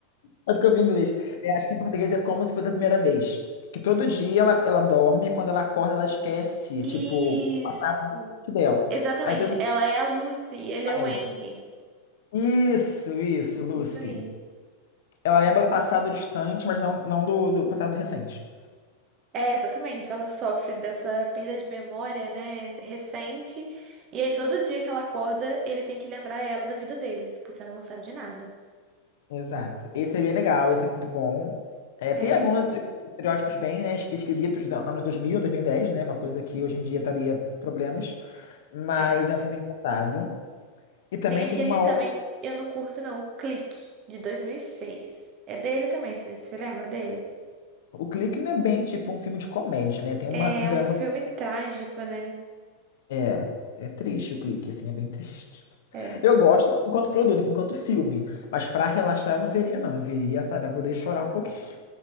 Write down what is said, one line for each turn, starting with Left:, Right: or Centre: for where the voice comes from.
Left: Sabe que eu vi em inglês? É, acho que em português é como se fosse a primeira vez. Que todo dia ela, ela dorme, e quando ela acorda, ela esquece,
Right: Isso.
Left: tipo, o passado recente dela.
Right: Exatamente,
Left: Aí tudo
Right: ela é a Lucy e ele
Left: com
Right: é o
Left: ela.
Right: Henry.
Left: Isso, isso, Lucy.
Right: Isso aí.
Left: Ela lembra do passado distante, mas não, não do do passado recente.
Right: É, exatamente, ela sofre dessa perda de memória, né, recente, e aí todo dia que ela acorda, ele tem que lembrar ela da vida deles, porque ela não sabe de nada.
Left: Exato. Esse é bem legal, esse é muito bom. É,
Right: É,
Left: tem alguns estereótipos bem, né, esqui- esquisitos dos anos 2000, dez né? Uma coisa que hoje em dia estaria problemas, mas
Right: é.
Left: é um filme engraçado. E também
Right: Tem aquele
Left: tem uma
Right: também,
Left: outra.
Right: eu não curto não, o Clique, de dois mil e seis É dele também, você você lembra dele?
Left: O Clique não é bem tipo um filme de comédia, né? Tem uma,
Right: É
Left: um drama.
Right: um filme trágico, né?
Left: É, é triste o Clique, assim, é bem triste.
Right: É,
Left: Eu gosto enquanto produto, enquanto filme, mas pra relaxar eu não veria, não. Eu veria, sabe, pra poder chorar um pouquinho.